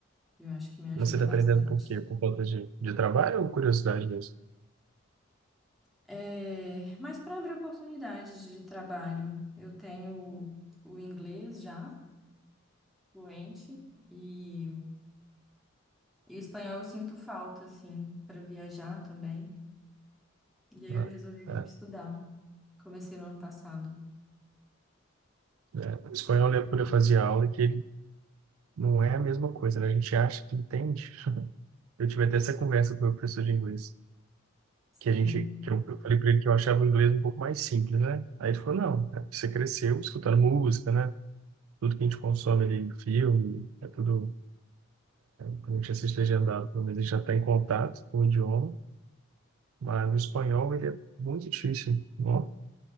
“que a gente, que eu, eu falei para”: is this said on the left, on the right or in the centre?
Right